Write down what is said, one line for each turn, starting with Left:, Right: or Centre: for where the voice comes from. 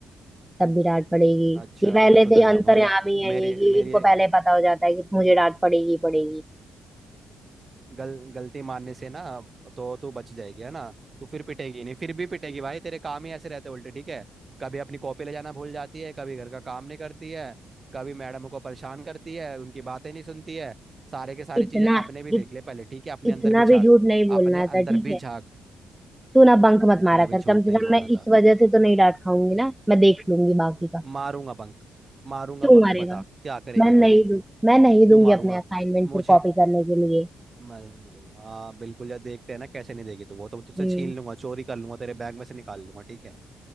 Centre: तब भी डांट पड़ेगी
Right: अच्छा
Centre: ये पहले
Right: मैं सुधर
Centre: से ही
Right: जाऊंगा
Centre: अंतर्यामी
Right: मतलब
Centre: है
Right: मेरी
Centre: ये कि
Right: मेरी
Centre: इनको पहले पता हो जाता है कि मुझे डांट पड़ेगी ही पड़ेगी
Right: गल गलती मानने से ना तो तू बच जाएगी है ना तू फिर पिटेगी नहीं फिर भी पिटेगी भाई तेरे काम ही ऐसे रहते उल्टे ठीक है कभी अपनी कॉपी ले जाना भूल जाती है कभी घर का काम नहीं करती है कभी मैडम को परेशान करती है उनकी बातें नहीं सुनती है सारे के सारी
Centre: इतना
Right: चीजें अपने भी देख
Centre: इत,
Right: ले पहले ठीक है अपने
Centre: इतना
Right: अंदर भी झांक
Centre: भी झूठ नहीं बोलना
Right: अपने अंदर
Centre: था ठीक
Right: भी
Centre: है
Right: झांक
Centre: तू ना बंक मत
Right: इतना
Centre: मारा
Right: भी
Centre: कर
Right: झूठ
Centre: कम
Right: नहीं
Centre: से कम
Right: बोलना
Centre: मैं
Right: था
Centre: इस वजह से तो नहीं डांट खाऊंगी ना मैं देख लूंगी बाकी का
Right: मारूंगा बंक मारूंगा
Centre: क्यों
Right: बंक
Centre: मारेगा
Right: बता क्या करेगी
Centre: मैं नहीं
Right: तू
Centre: दू मैं नहीं दूंगी
Right: क्यों मारूंगा
Centre: अपने असाइनमेंट फिर
Right: मुझे
Centre: कॉपी करने के लिए
Right: मैं नहीं दूंगा हाँ बिल्कुल यार देखते हैं ना कैसे नहीं देगी तू वो तो मैं तुझसे
Centre: हम्म
Right: छीन लूंगा चोरी कर लूंगा तेरे बैग में से निकाल लूंगा ठीक है